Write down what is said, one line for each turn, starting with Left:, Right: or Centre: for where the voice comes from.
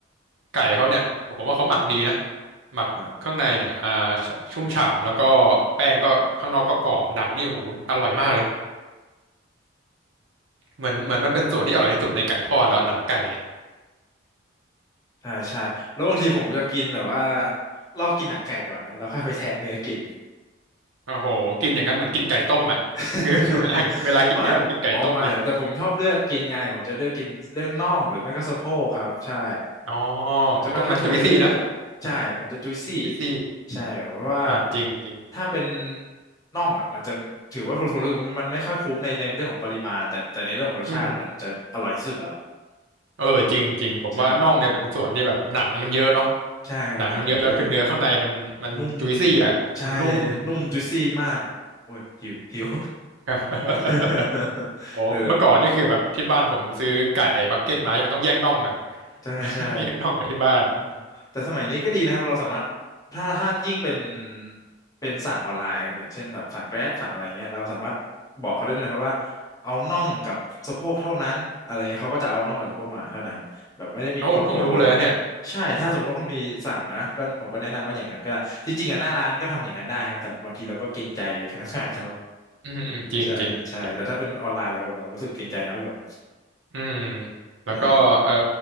Right: ไก่เขาเนี่ยผมว่าเขาหมักดีนะหมักข้างในเนี่ยอ่าชชุ่มฉ่ำแล้วก็
Left: ครับ
Right: แป้งก็ข้างนอกก็กรอบหนังนี่โหอร่อยมากเลยเหมือนเหมือนมันเป็นส่วนที่อร่อยที่สุดในไก่ทอดแล้วอะหนังไก่เนี่ย
Left: ใช่ใช่แล้วบางทีผมจะกินแบบว่าลอกกินหนังไก่ก่อนนะแล้วค่อยไปแทะเนื้อกิน
Right: โอ้โหกินอย่างนั้นเหมือนกินไก่ต้มอ่ะคือคือเวลาเวลากินเนื้อเหมือนกินไก่ต้มเลย
Left: <laughs> ไม่อ๋อไม่แต่ผมชอบเลือกกินไงผมจะเลือกกินเลือกน่องหรือไม่ก็สะโพกครับใช่
Right: อ๋อ
Left: มันจะไม่ค่อยโทนจะเลี่ยงอกใช่
Right: ตรงนั้นจุยซี่นะ
Left: มันจะจุยซี่
Right: จุยซี่
Left: ใช่แบบเพราะว่า
Right: อ่าจริงจริง
Left: ถ้าเป็นน่องอ่ะมันจะถือว่าผมรู้สึกว่ามันไม่ค่อยคุ้มในในเรื่องของปริมาณแต่แต่ในเรื่องของรสชาติมันจะอร่อยที่สุดแล้ว
Right: อืมเออจริงจริงผมว่าน่องเนี่ยเป็นส่วนที่แบบหนังมันเยอะเนาะ
Left: ใช่ใช่ครับหนังเยอะ
Right: หนังมันเยอะแล้วคือเนื้อข้างในมันมันจุยซี่อ่ะมันนุ่มอืม
Left: นุ่มใช่นุ่มจุยซี่มากโอ้ยหิวหิว
Right: <laughs>
Left: <laughs>
Right: โอ้เมื่อก่อนนี่คือแบบที่บ้านผมซื้อไก่บักเก็ตมาใช่ไหมต้องแย่งน่องกัน
Left: เออใช่ใช่
Right: <laughs> แย่งน่องกับที่บ้าน
Left: อืมแต่สมัยนี้ก็ดีนะครับเราสามารถถ้าถ้ายิ่งเป็นเป็นสั่งออนไลน์ครับอย่างเช่นแบบสั่ง Grab สั่งอะไรเงี้ยเราสามารถบอกเขาได้ด้วยนะครับว่าเอาน่องกับสะโพกเท่านั้นอะไรเงี้ยเขาก็จะเอาน่องกับสะโพกมาเท่านั้นแบบไม่ได้มีปนอกหรืออะไร
Right: โอ้เพิ่งรู้เลยนะเนี่ย
Left: ใช่ถ้าสมมติว่าคุณพีสั่งนะก็ผมก็แนะนำว่าอย่างนั้นก็ได้จริงๆอ่ะหน้าร้านก็ทำอย่างนั้นได้ครับแต่บางทีเราก็เกรงใจพนักงานเรา
Right: อืมอืมจริงจริงจริง
Left: <laughs> ใช่ใช่แต่ถ้าเป็นออนไลน์เราเรารู้สึกเกรงใจน้อยลง
Right: อืม แล้วก็เอ่อ
Left: ใช่